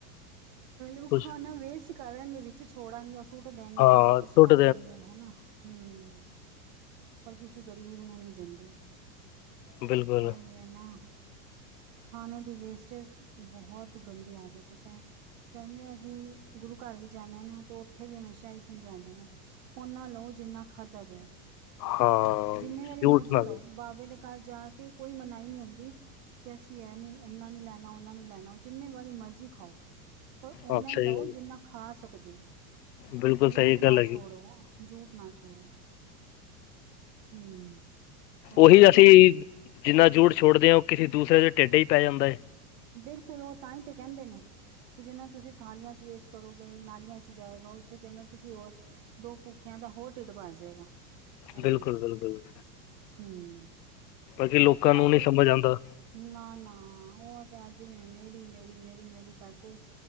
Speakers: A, on the right; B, on the left.
A: ਉਹ
B: ਕੁਛ
A: ਖਾਣਾ ਵੇਸਟ ਕਰਨਗੇ ਵਿੱਚ ਛੋੜਣਗੇ ਸੁੱਟ ਦੇਣਗੇ
B: ਹਾਂ
A: ਜਾਂ ਕੁਛ
B: ਸੁੱਟ
A: ਕਰ ਦੇਣਗੇ ਹਨਾ ਹੂੰ ਕਿਸੇ ਗ਼ਰੀਬ ਨੂੰ ਨਹੀਂ ਦਿੰਦੇ
B: ਬਿਲਕੁਲ
A: ਹੈ਼ ਹੈ ਨਾ ਖਾਣੇ ਦੀ ਵੇਸਟੇਜ ਬਹੁਤ ਗੰਦੀ ਆਦਤ ਕ ਹੈ ਕਹਿੰਦੇ ਅਸੀਂ ਗੁਰੂ ਘਰ ਵੀ ਜਾਂਦੇ ਹਾਂ ਨਾ ਤੇ ਉੱਥੇ ਵੀ ਹਮੇਸ਼ਾ ਹੀ ਸਮਝਾਉਂਦੇ ਨੇ ਓਨਾ ਲਓ ਜਿੰਨਾ ਖਾਧਾ ਜਾਏ
B: ਹਾਂ
A: ਜਿੰਨੀ ਵਾਰੀ
B: ਜੂਠ
A: ਮਰਜ਼ੀ
B: ਨਾ
A: ਲਓ ਬਾਬੇ ਦੇ ਘਰ ਜਾ ਕੇ ਕੋਈ ਮਨਾਹੀ ਨਹੀਂ ਹੁੰਦੀ ਕਿ ਅਸੀਂ ਇਹ ਨੀ ਇਹਨਾ ਨੀ ਲੈਣਾ ਉਹਨਾ ਨੂੰ ਲੈਣਾ ਜਿੰਨੇ ਵਾਰੀ ਮਰਜ਼ੀ ਖਾਓ ਪਰ ਓਨਾ
B: ਹਾਂ ਸਹੀ
A: ਹੀ ਲਉ
B: ਗੱਲ
A: ਜਿੰਨਾ ਖਾ ਸਕੇ ਕੁ ਦਿ <unintelligible>
B: ਬਿਲਕੁਲ ਸਹੀ
A: ਜੂੱਠ
B: ਗੱਲ
A: ਨਾ
B: ਹੈਗੀ
A: ਛੋੜੋ ਜੂਠ ਨਾ ਛੋੜੋ ਹਮ ਪਰ
B: ਉਹੀ
A: ਉਹ ਇਹ
B: ਅਸੀਂ
A: ਨਾ
B: ਜਿੰਨਾ ਜੂਠ ਛੋੜਦੇ ਹਾਂ ਉਹ ਕਿਸੇ ਦੂਸਰੇ ਟੇਡਾ ਹੀ ਪੈ ਜਾਂਦਾ ਏ
A: ਬਿਲਕੁੱਲ ਉਹ ਤਾਂ ਹੀ ਤੇ ਕਹਿੰਦੇ ਨੇ ਜਿੰਨਾ ਤੁਸੀਂ ਥਾਲੀਆਂ ਚ ਵੇਸਟ ਕਰੋਗੇ ਨਾਲੀਆਂ ਚ ਜਾਏਗਾ ਉਸ ਤੋਂ ਚੰਗਾ ਕਿਸੇ ਹੋਰ ਦੋ ਭੂੱਖਿਆਂ ਦਾ ਹੋਰ ਢਿੱਡ ਭਰ ਜਾਏਗਾ
B: ਬਿਲਕੁਲ
A: ਨੇ
B: ਬਿਲਕੁਲ
A: ਹਮ <unintelligible>
B: ਬਾਕੀ ਲੋਕਾਂ
A: ਪਰ
B: ਨੂੰ ਨਹੀਂ ਸਮੱਝ ਆਉਂਦਾ
A: ਨਾ ਨਾ ਉਹ ਤੇ ਅੱਜ ਵੀ ਮੇਰੀ ਮੇਰੀ ਮੇਰੀ ਮੇਰੀ ਕਰਕੇ